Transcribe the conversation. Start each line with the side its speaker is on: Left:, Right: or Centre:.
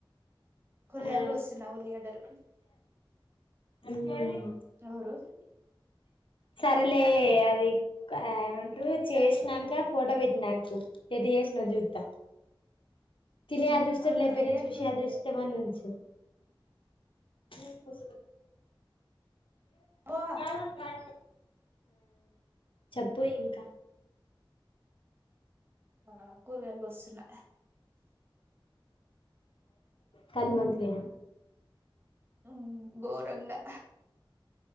Right: కూరగాయలు
Left: ఆ,
Right: కోస్తున్న ఉల్లిగడ్డలు.
Left: ఉమ్.
Right: ఎవరు
Left: సరేలే అది ఏమంటారు. చేసినంక ఫోటో పెట్టు నాకు ఎట్ట చేసినా చూస్తా. తినే అదృష్టం లేకపోయినా
Right: జయన్
Left: చూసి
Right: మే
Left: అదృష్టమైన ఉంచు. ఏ కస.
Right: వా
Left: ఆ చెప్పు ఇంకా.
Right: ఆ కూరగాయలు కోస్తున్న.
Left: కలి మంతకి.
Right: ఉమ్ బోరంగా.